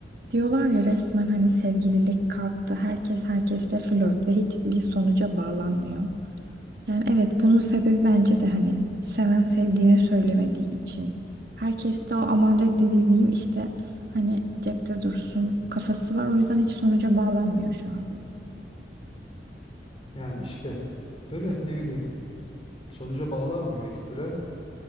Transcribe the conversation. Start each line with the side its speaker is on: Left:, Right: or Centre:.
Right: diyorlar ya resmen hani sevgililik kalktı. Herkes herkesle flört ve hiçbir sonuca bağlanmıyor. Yani evet bunun sebebi bence de hani seven sevdiğine söylemediği için. Herkes de o aman reddedilmeyeyim işte hani cepte dursun kafası var. O yüzden hiç sonuca bağlanmıyor şu an.
Left: Yani işte böyle ne bileyim sonuca bağlanmıyor ekstra.